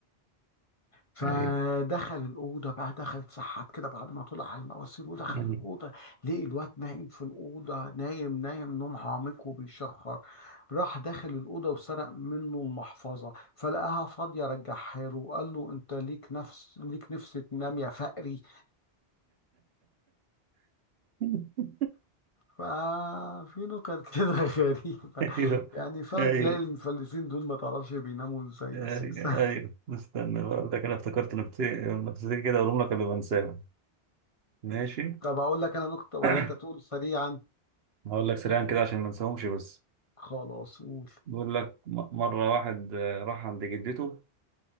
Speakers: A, on the left; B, on the right.
A: فدخل
B: ايوه
A: الاوضه بقى دخل اتسحب كده بعد ما طلع على المواسير ودخل
B: مم.
A: الاوضه لقي الواد نايم في الاوضه نايم نايم نوم عميق وبيشخر راح داخل الاوضه وسرق منه المحفظه فلقاها فاضيه رجعها له وقال له انت ليك نفس ليك نفس تنام يا فقري
B: <laughs>
A: ففي نكت كده <laughs> غريبة
B: ايوه
A: يعني فعلا
B: ايوه
A: تلاقي المفلسين دول ما تعرفش بيناموا ازاي
B: ايوه
A: اساسا
B: ايوه استنى بقى اقول لك انا افتكرت نكتتين نكتتين كده اقولهم لك قبل ما انساهم ماشي
A: <laughs> طب اقول لك انا نكتة ولا
B: <clears throat>
A: انت تقول سريعا
B: هقول لك سريعا كده عشان ما انساهمش بس
A: خلاص قول
B: بيقول لك م- مرة واحد آه، راح عند جدته